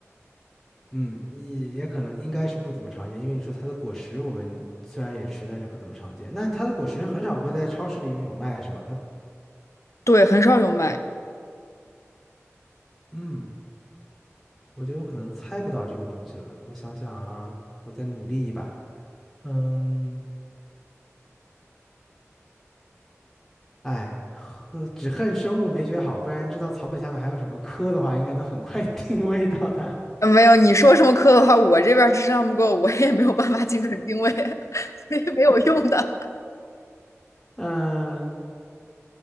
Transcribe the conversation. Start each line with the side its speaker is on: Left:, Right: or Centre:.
Centre: 嗯，也也可能应该是不怎么常见，因为你说它的果实我们虽然也吃，但是不怎么常见。那它的果实是很少会在超市里面有卖是吗？它
Left: 对，很少有卖。
Centre: 嗯，我觉得我可能猜不到这个东西了。我想想啊，我再努力一把。嗯，哎，呵只恨生物没学好，不然知道草本下面还有什么科的话，应该能很快 <laughs> 定位到它。
Left: 呃没有，你说什么科的话，我这边儿智商不够，我也没有办法精准定位，<laughs> 所以没有用的。
Centre: 嗯、